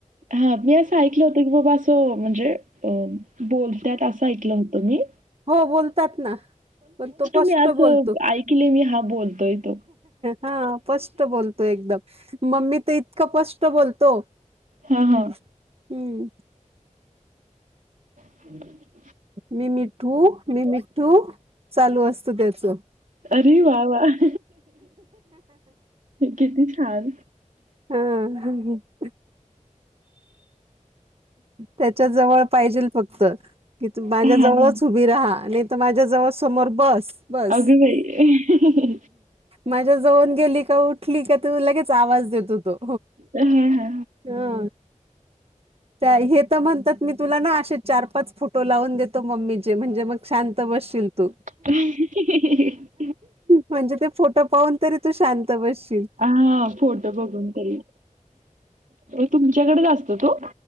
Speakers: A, on the right; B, on the right.
A: हा... मी असं ऐकलं होतं, की बाबा असं म्हणजे अ... बोलतत असं ऐकलं होतं. मी
B: हो.. बोलतात.. ना. पण, तो स्पष्ट
A: मी असं
B: बोलतो.
A: ऐकले मी हा बोलतोय तो.
B: हा स्पष्ट बोलतो. एकदम मम्मी, तर इतकं स्पष्ट बोलतो....
A: हां,
B: हम्म
A: हां. हम्....
B: मी मिठू, मी मिठू, चालू असत. त्याच
A: अरे वाह, वाह! किती छान.
B: ह........ त्याच्या जवळ पाहिजेल फक्त कि माझ्या
A: हां,
B: जवळच
A: हां.
B: विरहा नाय तर माझ्या जवळ समोर बस बस
A: अगं बाई!
B: माझ्या जऊन गेली का उठली का तू लगेच आवाज देतो तो
A: हा हा
B: हा हे तर म्हणतात. मी तुला ना असे, चार पाच, फोटो लावून देतो. मम्मी म्हणजे मग शांत बसशील तू
A: हि हि
B: म्हणजे ते फोटो पाहून तरी तू शांत बसशील
A: हा फोटो बघून तरी तो तुमच्याकडे असतो तो